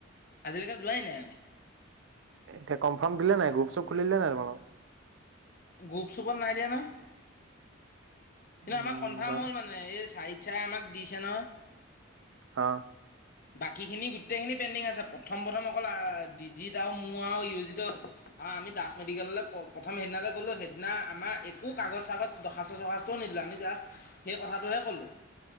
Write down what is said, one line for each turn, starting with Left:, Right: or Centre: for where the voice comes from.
Left: আজিলৈকে যোৱাই নাই আমি।
Right: এতিয়া কনফাৰ্ম দিলে নাই গ্ৰুপ শ্ৰুপ খুলিলে নাই তোমালোকৰ?
Left: গ্ৰুপ চুপত নাই দিয়া নহয়। কিন্তু
Right: উম
Left: আমাৰ কনফাৰ্ম
Right: যাম
Left: হ'ল মানে এই চা চাৰে আমাক দিছে নহয়।
Right: অ।
Left: <inaudible> বাকীখিনি গোটেইখিনি পেনদিং আছে প্ৰথম প্ৰথম অকল ডিজিত আৰু মোৰ আৰু ইউজিত হৈছে। আৰু আমি দাস মেডিকেললৈ প্ৰথম সেইদিনা যে কলো সেইদিনা আমাৰ একো কাগজ চাগজ দৰ্খাস্ত চখাস্তও নিদিলে আমি জাষ্ট সেই কথাটোহে কলো।